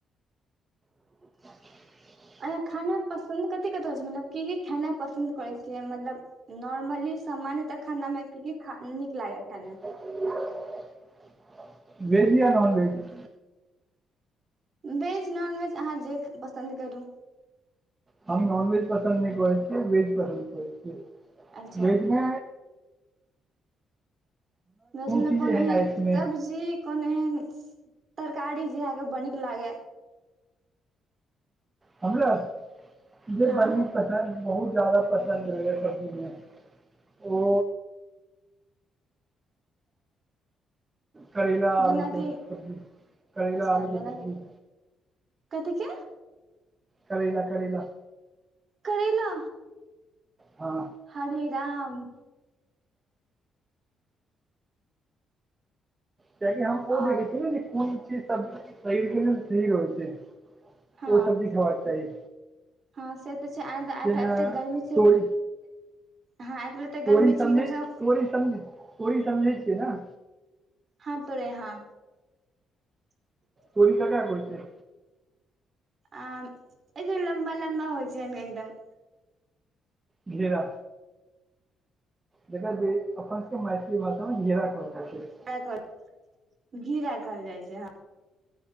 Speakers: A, on the right; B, on the right.
A: <unintelligible>
B: अहाँ खाना पसन्द कथी कत स भैलै की की खैनै पसन्द करै छियै मतलब। नॉर्मली सामान्य तऽ खाना म की की नीक लागै खै में
A: <unintelligible> वेज या नॉन वेज।
B: वेज नॉनवेज अहाँ जे पसन्द करू।
A: हम नॉन वेज पसन्द नै करै छियै वेज पसन्द करै छियै
B: अच्छा
A: वेज में
B: वेज में
A: चीज
B: कोनो
A: एहन
B: एहेन
A: अछि नहि
B: सब्जी कोनो एहेन तरकारी जे यहाँ केँ बड़ निक लागे है
A: हमरा <inaudible> जे
B: हँ
A: बनी पसन्द बहुत ज्यादा पसन्द रहे यऽ सब्जी में <inaudible> ओ। करैला आलू
B: जेनाकि
A: केँ सब्जी <inaudible> करेला
B: अच्छा
A: आलू
B: जेनाकि
A: कऽ सब्जी।
B: कथी केँ
A: करैला करैला
B: करैेला
A: हऽ
B: हरि राम।
A: किया कि हम ओ
B: आओर
A: देखै छियै न जे कोन चीज सब शरीर केँ ठीक होइ छै।
B: हँ
A: ओ सब्जी खैबा चाही।
B: हँ से तऽ छै आइ <unintelligible>
A: जेना
B: एते गर्मी छै
A: तोरी
B: हँ आइ एते गर्मी
A: तोरी
B: छै
A: समझै
B: कि कम से कम
A: तोरी समझ तोरी समझै छिय न।
B: हँ तोरे हँ। <unintelligible>
A: तोरी केकरा कहै छै।
B: आ एजे लम्बा लम्बा होइ छै हन एकदम।
A: घेरा। जेकरा जे अपन सब केँ मैथिली भाषा में घेरा कहल जाइ छै।
B: <unintelligible> घिरा कहल जाइ छै हऽ।